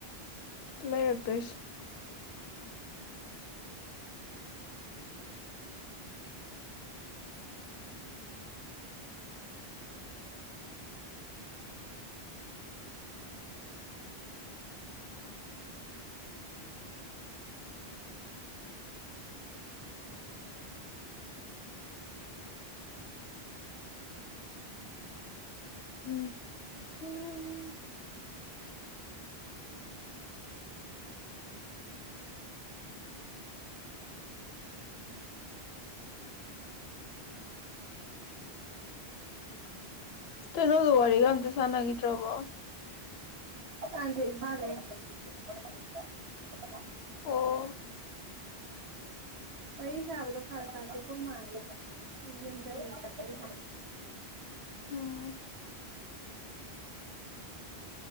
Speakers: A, on the left (about 75°); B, on the right (about 85°).
A: ꯂꯩꯔꯛꯇꯣꯏꯁꯦ ꯎꯝ ꯎꯝ ꯇꯩꯅꯣ ꯑꯗꯨ ꯋꯥꯔꯤꯒ ꯑꯝꯇ ꯁꯥꯟꯅꯈꯤꯗ꯭ꯔꯕꯣ
B: ꯃꯥ ꯍꯥꯏ <unintelligible>
A: ꯑꯣ
B: ꯋꯥꯔꯤ ꯁꯥꯕꯗꯣ ꯐꯥꯔꯛ ꯇꯗꯧꯕ ꯃꯥꯜꯂꯦ ꯑꯩ ꯌꯨꯝꯗ ꯂꯩꯇꯕꯩ
A: ꯑꯣꯝ